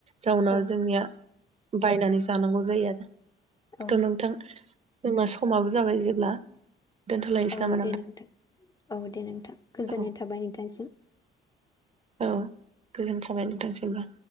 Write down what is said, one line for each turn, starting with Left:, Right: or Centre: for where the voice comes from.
Right: जाउनाव
Left: औ
Right: जोंनिया बायनानै जानांगौ जायो आरो।
Left: औ
Right: थ' नोंथां जोंना समाबो जाबाय जेब्ला दोनथ'लायनोसै
Left: औ
Right: नामा
Left: दे नोंथां, औ दे नोंथां गोजोननाय
Right: औ
Left: थाबाय नोंथांसिम।
Right: औ गोजोन थाबाय नोंथांसिमबो।